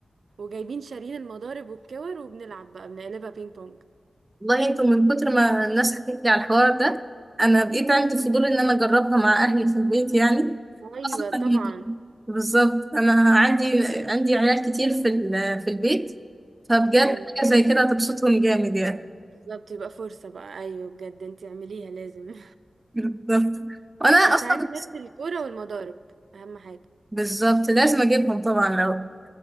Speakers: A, on the right; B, on the right.
A: وجايبين شارين المضارب والكور وبنلعب بقى بنقلبها بينج بونج
B: والله انتوا من كتر ما الناس حكت لي على الحوار ده انا بقيت عندي فضول ان انا اجربها مع اهلي في البيت يعني
A: ايوه
B: خاصه
A: طبعا
B: بالظبط انا عندي عندي عيال كتير في ال- في البيت فبجد
A: امم
B: حاجه زي كده هتبسطهم جامد يعني
A: بالظبط يبقى فرصة بقى ايوه بجد انت اعمليها لازم
B: بالظبط
A: <laughs>
B: وانا
A: بس
B: اصلا
A: هاتي نفس الكورة والمضارب اهم حاجة
B: بالظبط لازم اجيبهم طبعا لو